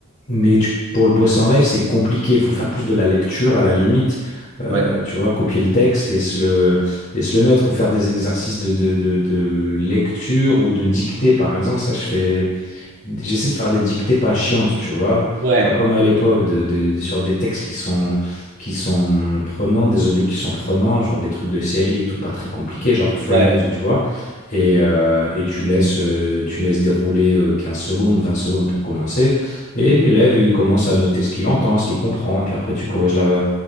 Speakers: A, on the left (about 45°); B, on the right (about 60°).
A: mais tu- pour le bosser en live, c'est compliqué. Il faut faire plus de la lecture à la limite. Euh,
B: Ouais.
A: tu vois, copier le texte et se le, et se le mettre ou faire des exercices de, de, de, de lecture ou de dictée, par exemple. Ça, je fais j'essaie de faire des dictées pas chiantes, tu vois.
B: Ouais.
A: Pas comme à l'époque, de, de- de- sur des textes qui sont, qui sont prenants, des audios qui sont prenants, genre des trucs de série et tout, pas très compliqués, genre Friends
B: Ouais.
A: ou tu vois. Et, euh, et tu laisses, euh, tu laisses dérouler euh, 15 secondes, 20 secondes pour commencer. Et l'élève, il commence à noter ce qu'il entend, ce qu'il comprend. Puis après, tu corriges la,